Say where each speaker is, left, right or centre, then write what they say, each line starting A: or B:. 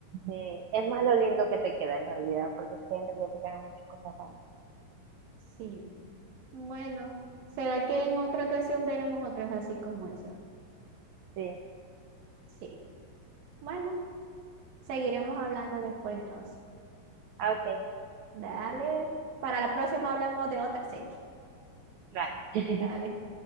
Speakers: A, on the right; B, on the right.
A: Sí, es más lo lindo que te queda en realidad, porque es que en realidad te quedan muchas cosas buenas.
B: Sí. Bueno, ¿será que en otra ocasión veremos otras así como esas?
A: Sí,
B: Sí. Bueno, seguiremos hablando después entonces.
A: ah, ok,
B: Dale. Para la próxima hablamos de otra serie.
A: vale. <laughs>
B: Dale.